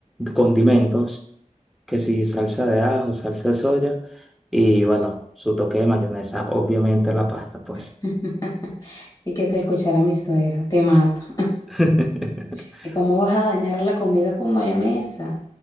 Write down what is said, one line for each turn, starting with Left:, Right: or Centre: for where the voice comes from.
Centre: condimentos. que si salsa de ajo, salsa de soya y bueno, su toque de mayonesa, obviamente la pasta, pues.
Left: <laughs> y que te escuchara mi suegra, te mata.
Centre: <laughs>
Left: <laughs> ¿Cómo vas a dañar la comida con mayonesa?